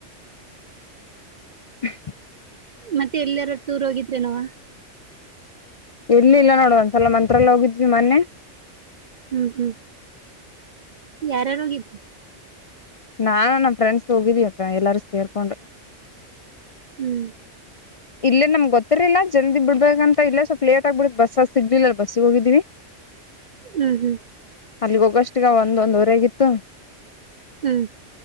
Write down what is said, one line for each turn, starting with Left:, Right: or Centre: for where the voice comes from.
Left: ಹಾ
Right: ಮತ್ತೆ ಎಲ್ಲಾರೋ ಟೂರ್ ಹೋಗಿದ್ರೆನವ
Left: ಎಲ್ಲಿಲ್ಲ ನೋಡ ಒಂದ್ಸಲ ಮಂತ್ರಲ್ಲ ಹೋಗಿದ್ವಿ ಮೊನ್ನೆ
Right: ಹ್ಮ್ ಹ್ಮ್ ಯಾರಾರೋಗಿದ್ರಿ
Left: ನಾ ನಮ ಫ್ರೆಂಡ್ಸ್ ಹೋಗಿದೀಯಪ್ಪ ಎಲ್ಲಾರು ಸೇರ್ಕೊಂಡು
Right: ಹ್ಮ್
Left: ಇಲ್ಲೇ ನಮ್ ಗೊತ್ತರ್ಿಲ್ಲ ಜಲ್ದಿ ಬಿಡ್ಬೇಕಂತ ಇಲ್ಲ ಸ್ವಲ್ಪ ಲೇಟ್ ಆಗ್ಬಡು ಬಸ್ಸ ಸಿಗ್ಲಿಲ್ಲಲ್ ಬಸ್ಸಿಗೆ ಹೋಗಿದೀವಿ ಹಾ
Right: ಹ್ಮ್ ಹ್ಮ್
Left: ಅಲ್ಲಿಗ್ ಹೋಗಷ್ಟಗ ಒಂದ ಒಂದುವರೆ ಆಗಿತ್ತು
Right: ಹ್ಮ್